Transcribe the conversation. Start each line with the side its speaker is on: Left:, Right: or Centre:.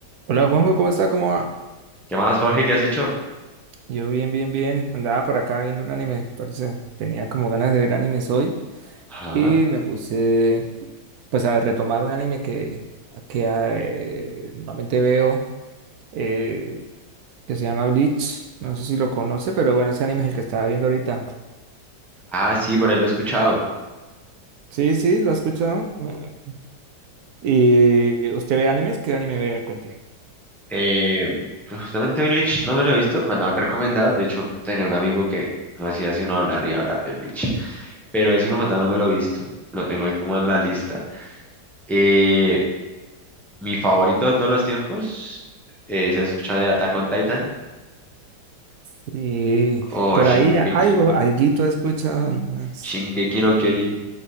Right: Hola Juanjo, ¿cómo está? ¿Cómo va?
Centre: ¿Qué más, Jorge? ¿Qué has hecho?
Right: Yo bien, bien, bien. Andaba por acá viendo un anime, parece. Tenía como ganas de ver animes hoy
Centre: Ajá.
Right: y me puse pues a retomar un anime que, que eh, normalmente veo eh, que se llama Bleach. No sé si lo conoce, pero bueno, ese anime es el que estaba viendo ahorita.
Centre: Ah, sí, por ahí lo he escuchado.
Right: Sí, sí, lo he escuchado. Eh, ¿Y eh, usted ve animes? ¿Qué anime ve? Cuente.
Centre: Eh, pues justamente Bleach no me lo he visto, me lo han recomendado. De hecho, tenía un amigo que no hacía sino hablar y hablar de Bleach. Pero ese como tal no me lo he visto. Lo tengo ahí como en la lista. Eh, mi favorito de todos los tiempos, eh, ¿se has escuchado de Attack on Titan
Right: Y
Centre: o
Right: por
Centre: Shingeki,
Right: ahí algo, alguito he escuchado. nomás.
Centre: Shingeki no Kyojin